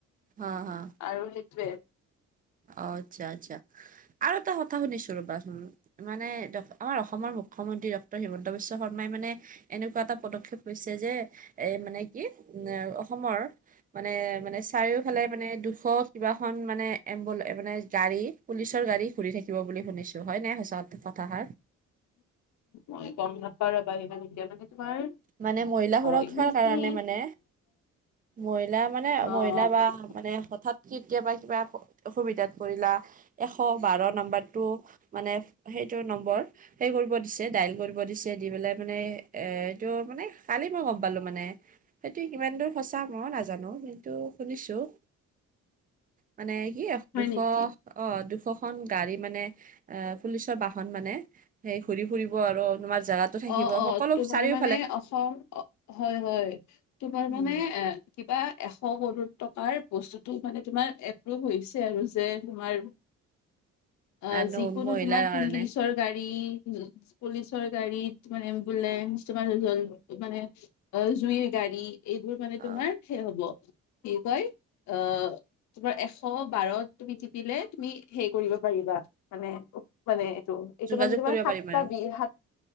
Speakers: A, on the right (about 30°); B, on the left (about 70°).
A: হা হা।
B: আৰু সেইটোৱে,
A: অ'আচ্ছা-আচ্ছা আৰু এটা কথা শুনিছোঁ ৰবা চোন মানে ড আমাৰ অসমৰ মুখ্যমন্ত্ৰী ডক্টৰ হিমন্ত বিশ্ব শৰ্মাই মানে এনেকুৱা এটা পদক্ষেপ লৈছে যে এই মানে কি অসমৰ মানে-মানে চাৰিওফালে মানে দুশ কিবাখন মানে এম্বুল এ মানে গাড়ী, পুলিচৰ গাড়ী ঘূৰি থাকিব বুলি শুনিছো হয় নাই সঁচা কথাখাৰ?
B: মই গম নাপাওঁ ৰবা সিমান এতিয়া মানে তোমাৰ
A: মানে মহিলা সুৰক্ষাৰ
B: হয় নেকি
A: কাৰণে মানে, মহিলা মানে
B: অ
A: মহিলা বা মানে হঠাৎ কেতিয়াবা কিবা অসুবিধাত পৰিলা এশ বাৰ নাম্বাৰটো, মানে সেইটো নম্বৰ, সে কৰিব দিছে ডাইল কৰিব দিছে, দি পেলাই মানে এ ত' মানে কালি মই গম পালো মানে। সেইটো কিমান দূৰ সঁচা মই নাজানো কিন্তু শুনিছো। মানে কি
B: হয়
A: দুশ
B: নেকি
A: অ দুশখন গাড়ী মানে এ পুলিচৰ বাহন মানে সেই ঘূৰি ফুৰিব আৰু তোমাৰ জাগাতো থাকিব
B: অ অ
A: সকলো
B: তোমাৰ
A: চাৰিও
B: মানে অসম হয় হয়, তোমাৰ
A: উম
B: মানে এ কিবা এশ কৰোৰ টকাৰ বস্তুটো মানে তোমাৰ এপ্ৰভু হৈছে আৰু যে তোমাৰ, আ
A: আৰু
B: যিকোনো
A: মহিলাৰ
B: তোমাৰ পুলিচৰ
A: কাৰণে
B: গাড়ী, পুলিচ ৰ গাড়ী, তোমাৰ এম্বুলেন্স, তোমাৰ জ মানে অ জুইৰ গাড়ী এইবোৰ মানে
A: অ
B: তোমাৰ সে হব, কি কয় আহ তোমাৰ এশ বাৰত তুমি তিপিলে তুমি হে কৰিব পাৰিবা। মানে মানে এইটো এইটো
A: যোগাযোগ
B: মানে তোমাৰ
A: কৰিব
B: সাতটা
A: পাৰিম আৰু
B: বি সাত